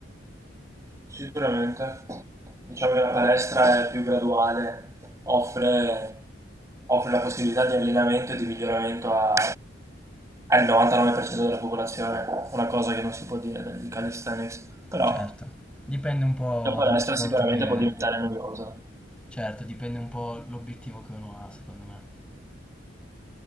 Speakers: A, on the right (about 15°); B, in the centre.
A: sicuramente. Diciamo che la palestra è più graduale, offre, offre la possibilità di allenamento e di miglioramento a- al 99% della popolazione, una cosa che non si può dire del calisthenics, però...
B: Certo, dipende un po'
A: La palestra
B: dallo sport
A: sicuramente
B: che...
A: può diventare noiosa.
B: Certo, dipende un po' l'obiettivo che uno ha, secondo me.